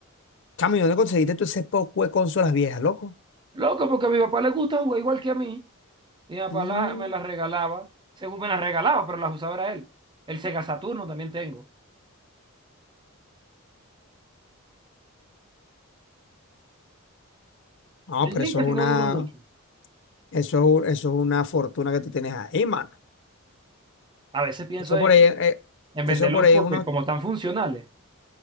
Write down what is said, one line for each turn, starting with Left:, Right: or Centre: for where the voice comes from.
Left: Chamo, ¿y dónde conseguiste tú ese poco de consolas viejas, loco?
Right: Loco, porque a mi papá le gusta jugar igual que a mí. Mi papá
Left: Mm,
Right: la- me las regalaba, según me las regalaba, pero las usaba era él. El Sega Saturno también tengo.
Left: No,
Right: El
Left: pero
Right: Dream
Left: eso
Right: casi
Left: es una,
Right: no duró mucho.
Left: eso es, un- eso es una fortuna que tú tienes ahí, mano.
Right: A veces pienso
Left: Eso
Right: en,
Left: por ahí, eh,
Right: en
Left: eso
Right: venderlos
Left: por ahí
Right: porque
Left: unos
Right: como están funcionales.